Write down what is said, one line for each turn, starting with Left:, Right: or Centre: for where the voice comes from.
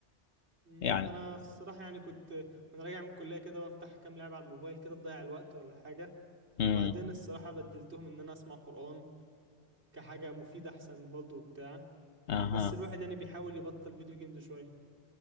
Right: مم.
Left: يعني
Right: انا الصراحة يعني كنت وانا راجع من الكلية كده بفتح كام لعبة على الموبايل كده تضيع الوقت ولا حاجة
Left: امم
Right: وبعدين الصراحة بدلتهم ان انا اسمع قرآن كحاجة مفيدة احسن برضه وبتاع
Left: أها
Right: بس الواحد يعني بيحاول يبطل فيديو جيمز شوية